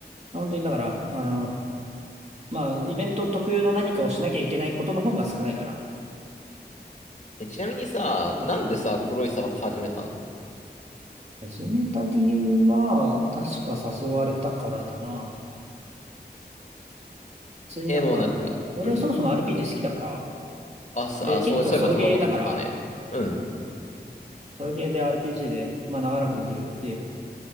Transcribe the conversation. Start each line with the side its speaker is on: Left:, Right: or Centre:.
Right: 本当にだから、あの、まあ、イベント特有の何かをしなきゃいけないことの方が少ないかな。
Left: え、ちなみにさ、
Right: うん
Left: なんでさ、黒い砂漠始めたの
Right: 始めた理由は、確か誘われたからだな。普通になんか、
Left: え、もうなんか、
Right: 俺はそもそも
Left: うん。
Right: RPG 好きだから、
Left: あ、さ、
Right: で、
Left: あ、
Right: 結構ソロゲーだから、
Left: そう、そういえばそんなこと言ってたね。うん。
Right: ソロゲーで RPG で、まあ長らくできるゲーム、